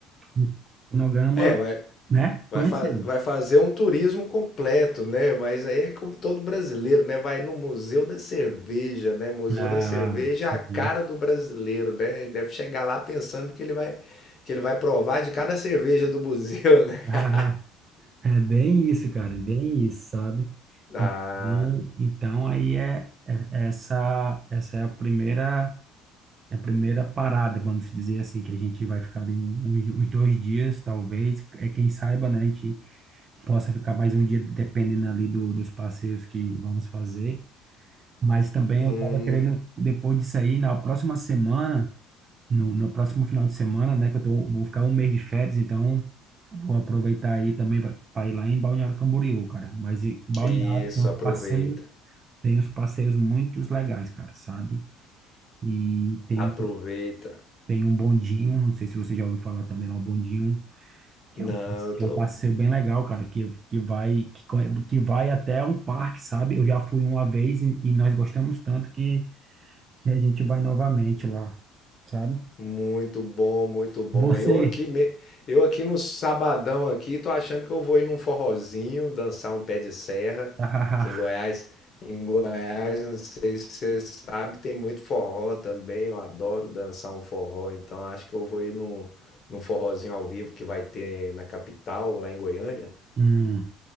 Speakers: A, on the right (about 30°); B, on the left (about 35°).
A: um cronograma,
B: É, vai,
A: né?
B: Vai,
A: Conhecendo.
B: fa- vai fazer um turismo completo, né? Mas aí é como todo brasileiro, né? Vai no Museu da Cerveja, né? Museu
A: Ah,
B: da Cerveja
A: sim.
B: é a cara do brasileiro, né? Ele Deve chegar lá pensando que ele vai, que ele vai provar de cada cerveja do museu, né?
A: <laughs>
B: <laughs>
A: Ah, É bem isso, cara, é bem isso, sabe?
B: Ah,
A: Então, então aí é, é- essa essa é a primeira é a primeira parada, vamos dizer assim, que a gente vai ficar ali um, uns, uns dois dias, talvez, é quem saiba, né? A gente possa ficar mais um dia, dependendo ali do, dos passeios que vamos fazer. Mas também
B: hum,
A: eu tava querendo, depois disso aí, na próxima semana no, no próximo final de semana, né? Que eu tô, vou ficar um mês de férias, então eu vou aproveitar aí também para ir lá em Balneário Camboriú, cara. Mas e, Balneário
B: isso,
A: tem uns
B: aproveita,
A: passeios, tem uns passeios muito legais, cara, sabe? E tem,
B: aproveita.
A: o- tem um bondinho, não sei se você já ouviu falar também lá, o bondinho, que
B: Não,
A: é um,
B: eu
A: que
B: tô,
A: é um passeio bem legal, cara, que, que vai, que, co- que vai até um parque, sabe? Eu já fui uma vez e, e nós gostamos tanto que, que a gente vai novamente lá, sabe?
B: Muito bom, muito bom.
A: Você.
B: Eu aqui, me- eu aqui no sabadão aqui, tô achando que eu vou ir num forrozinho, dançar um pé de serra,
A: <laughs>
B: que em Goiás, em Goiás, não sei se você sabe, tem muito forró também. Eu adoro dançar um forró, então acho que eu vou ir num, num forrozinho ao vivo que vai ter na capital, lá em Goiânia.
A: Hum,